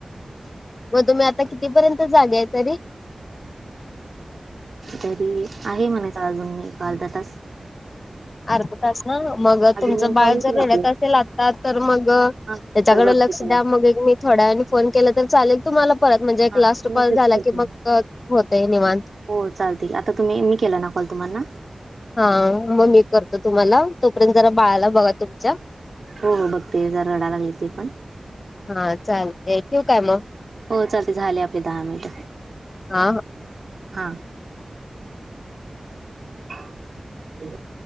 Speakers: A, on the left; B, on the right.
A: मग तुम्ही आता कितीपर्यंत जागा तरी
B: तरी आहे म्हणाच अजून मी अर्धा तास
A: अर्ध तास ना मग
B: अजून
A: तुमचं
B: दोन
A: बाळ
B: कॉल होतील
A: जर रड्यात
B: आपले
A: असेल आता तर मग त्याच्याकडे
B: हा जर बघते
A: लक्ष
B: त्याला
A: द्या मग एक <unintelligible> थोड्यानी फोन केला तर चालेल तुम्हाला परत म्हणजे एक
B: हा
A: लास्ट
B: मेसेज
A: कॉल झाला
B: करते
A: की मग अ होते निवांत
B: हो चालते आता तुम्ही मी केला ना कॉल तुम्हाना
A: हा मग मी करतो तुम्हाला तोपर्यंत जरा बाळाला बघा तुमच्या
B: हो हो बघते जर रडायलागल ते पण
A: हा चालते ठेवु काय मग
B: हो चालते झाले आपले दहा मिनिट
A: हा. हा.
B: हा. ठीकआहे.